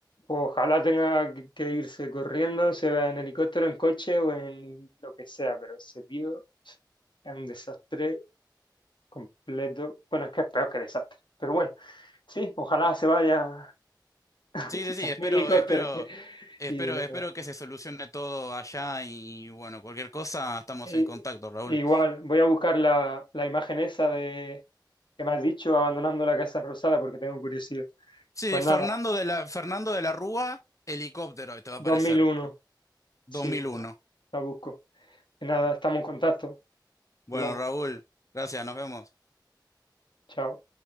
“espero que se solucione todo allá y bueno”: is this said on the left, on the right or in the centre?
Left